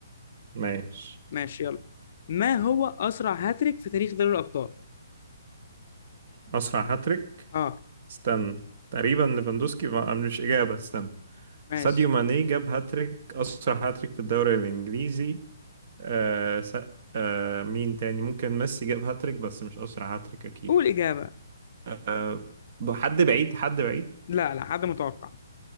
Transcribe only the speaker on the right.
ماشي
أسرع هاتريك
استنى تقريبا ليفاندوسكي ما آه، مش إجابة استنى
ساديو ماني جاب هاتريك أسرع هاتريك في الدوري الإنجليزي آه س... آه مين تاني ممكن ميسي جاب هاتريك بس مش أسرع هاتريك أكيد
آه حد بعيد حد بعيد